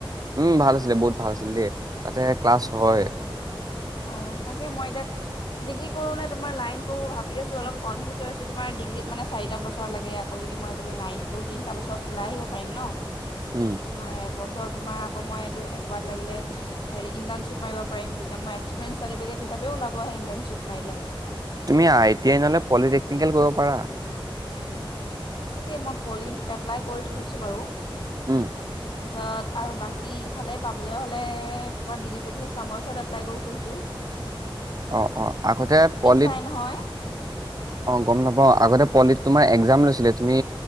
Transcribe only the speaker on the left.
অ
অ তাকে মই এতিয়া ডিগ্ৰী কৰোঁনে তোমাৰ লাইন পঢ়োঁ ভাবি আছোঁ অলপ কনফিউজ হৈ আছোঁ তোমাৰ ডিগ্ৰীত মানে চাৰিটা বছৰ লাগে আকৌ যদি মই এইফালে লাইন পঢ়োঁ তিনিটা বছৰত ওলাই আহিব পাৰিম ন
তোমাৰ এবছৰ তোমাৰ আকৌ মই এইটো ক'ৰবাত লাগিলে হেৰি ইণ্টাৰ্ণশ্বিপ মাৰিব পাৰিম তেতিয়া মই একসপেয়ঞ্চাৰ্টফিকে হিচাপওল আহ ইণ্ট্শ্বপ মাৰে
তাকেই মই পলিত এপ্লাই কৰি থৈছো বাৰু
তাৰপিছত আৰু বাকী ইফালে পাবলৈ হ'লে ক'ৰবাত ডিগ্ৰী কৰিব চামৰ্থত এপ্লাই কৰি থৈছোঁ
চাই নহয়